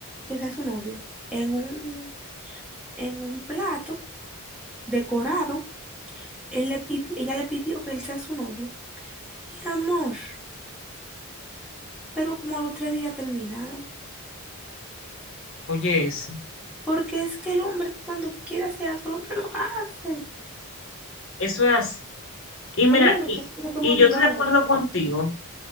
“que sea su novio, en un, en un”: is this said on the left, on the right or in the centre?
Centre